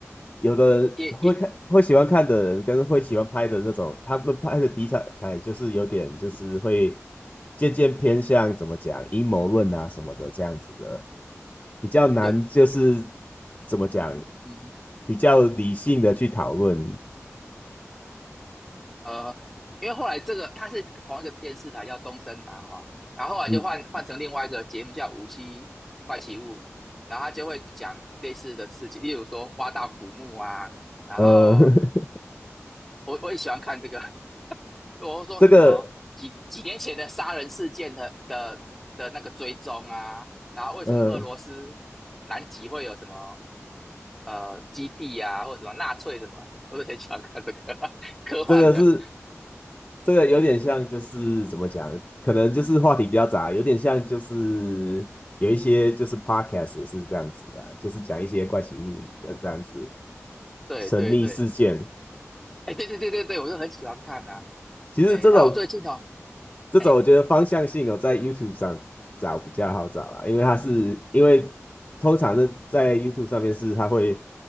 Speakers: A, on the left; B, in the centre.
A: 有的人会看会喜欢看的人跟会喜欢拍的那种，
B: 也也
A: 他们拍的题材才就是有点就是会渐渐偏向怎么讲阴谋论啊什么的这样子的，比较难就是
B: 对，
A: 怎么讲
B: 嗯，
A: 比较理性的去讨论，
B: 呃，因为后来这个它是同一个电视台叫东森嘛，哈、哦然后后来就换换成另外一个节目叫《无期怪奇物语》，
A: 嗯
B: 然后他就会讲类似的事情，例如说挖到古墓啊，然后
A: 呃 <laughs>
B: 我我也喜欢看这个，<laughs> 我会说什么几几年前的杀人事件的的的那个追踪啊，
A: 这个
B: 然后为什么俄罗斯南极会有什么
A: 呃
B: 呃基地啊，或者什么纳粹什么，<laughs> 我都很喜欢看这个呵呵 <laughs> 科幻的，
A: 这个是这个有点像，就是怎么讲，可能就是话题比较杂，有点像就是有一些就是 podcast 也是这样子啊，就是讲一些怪奇物语的这样子
B: 对对对。
A: 神秘事件。
B: 哎，对对对对对，我就很喜欢看呐、
A: 其实这种
B: 哎，啊，我最近哦，
A: 这种我觉得方向性哦，
B: 哎，
A: 在 YouTube 上找比较好找啦，因为它是因为通常呢在 YouTube 上面是它会